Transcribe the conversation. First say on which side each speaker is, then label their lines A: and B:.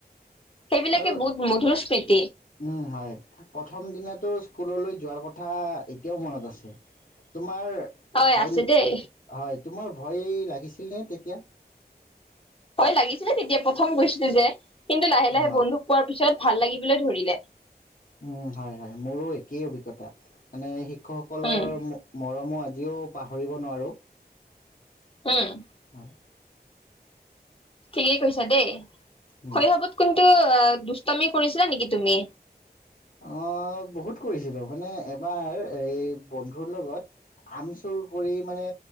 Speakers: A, on the left; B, on the left.
A: সেইবিলাকে
B: আৰু
A: বহুত মধুৰ স্মৃতি।
B: উম হয় প্ৰথম দিনো স্কুললৈ যোৱাৰ কথা এতিয়াও মনত আছে তোমাৰ। তোমাৰ
A: হয়
B: ভয়
A: আছে দেই
B: হয় তোমাৰ ভয় লাগিছিল নে তেতিয়া?
A: ভয় লাগিছিলে তেতিয়া প্ৰথম গৈছিলো যে, কিন্তু লাহে
B: অ
A: লাহে বনধুপোৱাৰ পিছত ভাল লাগিবলৈ ধৰিলে।
B: উম হয় হয় মোৰো একেই অভিজ্ঞতা মানে হেই, শিক্ষক সকলৰ
A: উম
B: মৰমো আজি। আজিও পাহৰিব নোৱাৰোঁ।
A: উম।
B: হয়
A: ঠিকেই কৈছা দেই।
B: উম
A: শৈশৱত কিন্তু। অ দুষ্টামি কৰিছিলা নেকি তুমি?
B: অ বহুত কৰিছিলো মানে এবাৰ এই বন্ধুৰ লগত আম চুৰ কৰি মানে